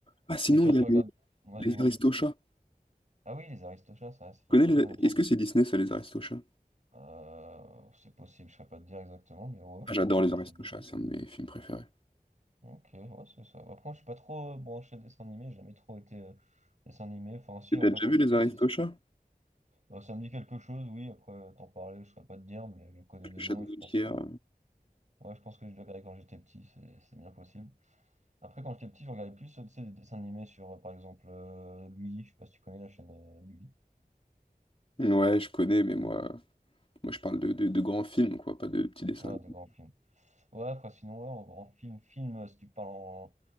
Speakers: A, on the left; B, on the right.
A: Ah, sinon,
B: Et tu,
A: il
B: tu
A: y Ouais.
B: regardes.
A: a les,
B: Moi,
A: les
B: dis-moi.
A: Aristochats.
B: Ah oui, les Aristochats, ça, ça fait
A: Tu
B: très
A: Connais les-
B: longtemps.
A: Est-ce
B: ça.
A: que c'est Disney, ça, les Aristochats?
B: Euh, c'est possible, je ne saurais pas te dire exactement, mais ouais,
A: Ah,
B: je
A: j'adore
B: pense
A: les
B: que
A: Aristochats,
B: c'est Disney.
A: c'est un de mes films préférés.
B: Ok, ouais, c'est ça. Après, moi, je suis pas trop euh, branché dessin animé, j'ai jamais trop été euh, dessin animé. Enfin, si,
A: Et
B: après,
A: T'as déjà
B: quand
A: vu
B: j'étais
A: les
B: petit,
A: Aristochats?
B: si. si. Euh, ça me dit quelque chose, oui, après, euh, t'en parler, je ne saurais pas te dire, mais je connais
A: Avec
B: de
A: Le
B: nom
A: chat de
B: et
A: Gauthier.
B: je pense que.
A: euh.
B: Ouais, je pense que je l'ai regardé quand j'étais petit, c'est c'est bien possible. Après, quand j'étais petit, je regardais plus, euh, tu sais, des dessins animés sur, euh, par exemple, euh, Gulli, je sais pas si tu connais la chaîne euh, Gulli.
A: Ouais, je connais, mais moi, moi je parle de, de- de grands films, quoi, pas de petits dessins.
B: Voilà,
A: animés.
B: de grands films. Ouais, après, sinon, ouais, en grand film, film, euh, si tu parles en,